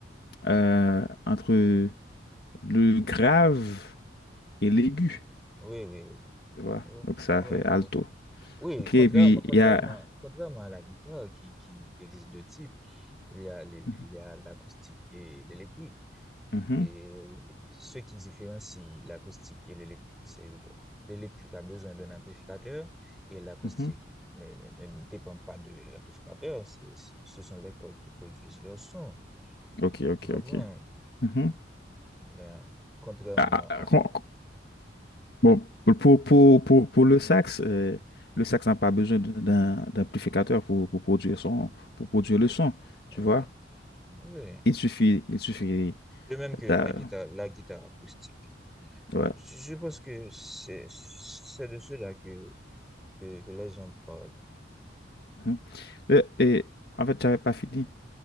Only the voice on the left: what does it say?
euh, entre le grave et l'aigu.
Tu vois?
Donc ça
fait
alto.
OK,
et puis
il y a...
Mhm,
mhm.
mhm.
OK, OK,
OK. Mhm.
Ah, ah, ah,
con- con- bon, pour, pour, pour, pour, pour le sax, euh, le sax n'a pas besoin d'un d'un- d'amplificateur pour, pour produire son, pour produire le son, tu
vois?
Il suffit, il suffit
d'a-
ouais.
Mhm. Euh, Et, en fait, j'avais pas fini.